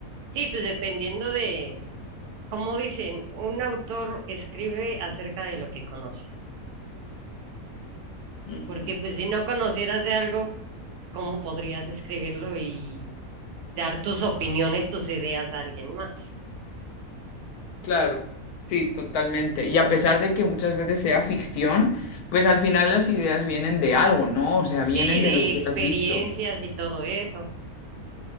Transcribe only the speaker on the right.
Sí, pues dependiendo de, como dicen, un autor escribe acerca de lo que conoce,
porque pues si no conocieras de algo, ¿cómo podrías escribirlo y dar tus opiniones, tus ideas a alguien más?
Sí,
de
experiencias
y todo eso.